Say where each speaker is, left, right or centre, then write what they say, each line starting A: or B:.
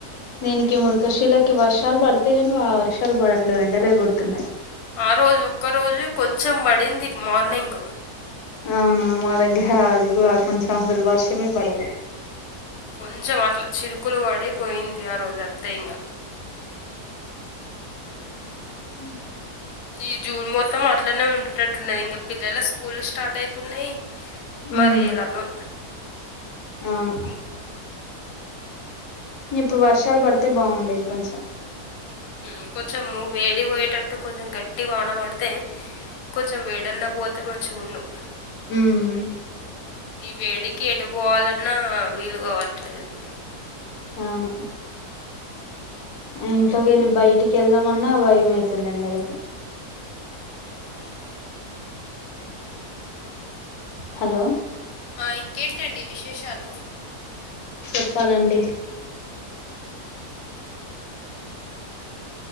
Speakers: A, on the left; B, on the left.
A: దేనికి మురుఖశీలకి వర్షాలు పడితే ను ఆ వర్షాలు పడట్లే ఎండలే కొడుతున్నాయి
B: ఆ రోజు ఒక్క రోజు కొంచెం పడింది మార్నింగ్
A: అవునా మా దగ్గర అదిగ కొంచెం అసలు వర్షమే పడల
B: కొంచెం అట్లా చినుకులు పడి పోయింది ఆ రోజు అంతే ఇంగా
A: ఉ
B: ఈ జూన్ మొత్తం అట్లనే ఉండేటట్టున్నది ఇంకా పిల్లలు స్కూల్లు స్టార్ట్ అయితున్నాయి
A: ఉమ్
B: మరి ఎలాను
A: అవును ఇప్పుడు వర్షాలు పడితే బాగుండేది కొంచెం
B: ఉ కొంచెం వేడి పోయేటట్టు కొంచెం గట్టి వాన పడితే కొంచెం వేడన్నా పోతే మంచిగ ఉండు
A: ఉమ్
B: ఈ వేడికి ఎటు పోవాలన్నా వీలు కావట్లేదు
A: అవును ఇంట్లోకేళ్ళి బయటికి వెళ్దామన్నా భయమైతుంది ఎండలకి
B: అవును
A: హలో
B: ఆ ఇంకేంటండి విశేషాలు
A: చెప్పాలండి